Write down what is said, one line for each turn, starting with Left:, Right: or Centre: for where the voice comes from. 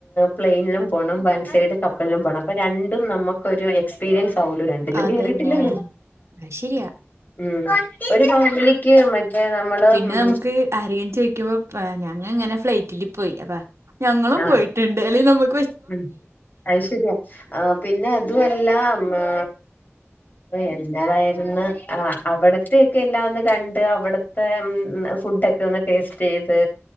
Left: പ്ലാനിലും പോണം വൻസിടെ കപ്പലും പോണം അപ്പൊ രണ്ടും നമുക്കൊരു എക്സ്പീരിയൻസ് <unintelligible> രണ്ടിലും
Right: അതന്നെ
Left: കേറീട്ടില്ലലോ
Right: അത് ശരിയാ.
Left: മം ഒരു ഫാമിലിക്ക് മറ്റേ നമ്മള്
Right: പിന്നെ നമുക്ക് ആരേലും ചോദിക്കുമ്പോ ഞാൻ ഇങ്ങനെ ഫ്ലൈറ്റില് പോയി അതാ. ഞങ്ങളും
Left: ആഹ്
Right: പോയിട്ടുണ്ട് അല്ലെങ്കിൽ നമു
Left: ഉം അശ്ശേരിയ ആ പിന്നെ അതുമല്ലാം ആ എന്ത അവിടത്തെ ഒക്കെ എല്ലാം ഒന്ന് കണ്ട് അവിടത്തെ ഫുഡ് ഒക്കെ ഒന്ന് ടേസ്റ്റ് ചെയ്ത്